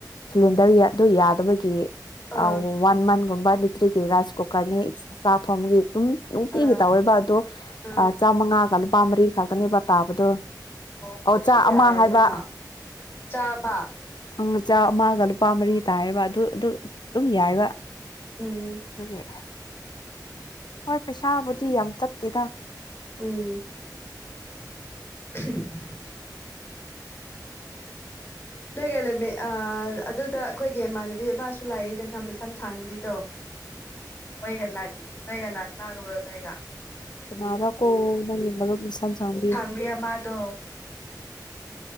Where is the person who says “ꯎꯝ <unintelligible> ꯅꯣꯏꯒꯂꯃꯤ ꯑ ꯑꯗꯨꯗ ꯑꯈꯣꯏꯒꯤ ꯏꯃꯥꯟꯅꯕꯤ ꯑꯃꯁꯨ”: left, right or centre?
Left